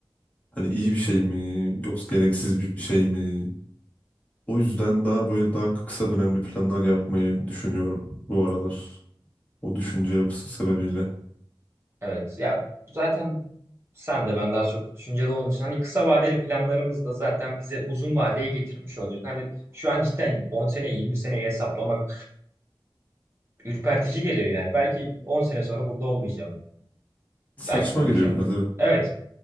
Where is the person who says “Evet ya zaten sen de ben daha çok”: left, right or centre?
Right